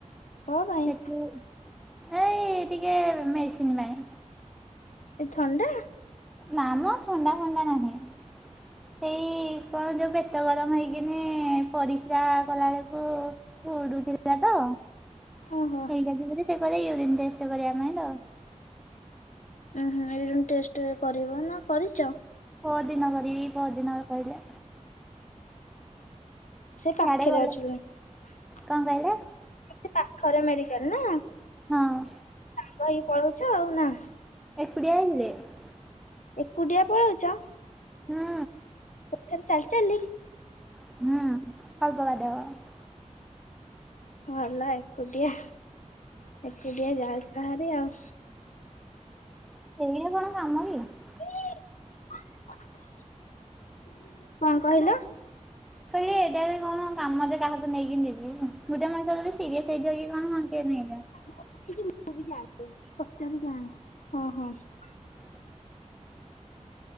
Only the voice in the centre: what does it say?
ସେଠୁ ଏଇ ଟିକେ ମେ--ସିନି ପାଇଁ।
ନାମ ଥଣ୍ଡା ଫଣ୍ଡା ନାହିଁ। ହେଇ କ'ଣ ଯଉ ପେଟ ଗରମ୍ ହେଇକିନି, ପରିସ୍ରା କଲା ଳକୁ ପୁଡୁଥିଲା ତ,
ହେଇରା ଯୁଗୁ ଯେ ସେ କହିଲେ ୟୁରିନ୍‌ ଟେଷ୍ଟ୍ କରିବା ପାଇଁ ତ।
ପର୍ ଦିନ କରିବି, ପର୍ ଦିନ କହିଲେ। ସିଆଡେ
ଗଲେ କଣ କହିଲେ
ହଁ!
<inaudible>
ହୁଁ।
<inaudible>
<inaudible>
ଏଇଟା ରେ କ'ଣ କାମ ଯେ କାହାକୁ ନେଇକି ଯିବି? ଗୁଟେ ମଣିଷ <inaudible>
ହ